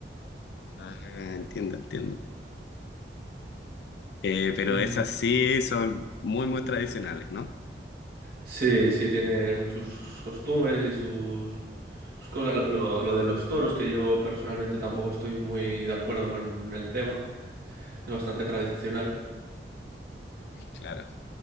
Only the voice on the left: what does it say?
Ah, entiendo, entiendo. Eh, pero
esas sí son muy, muy tradicionales, ¿no?
Claro.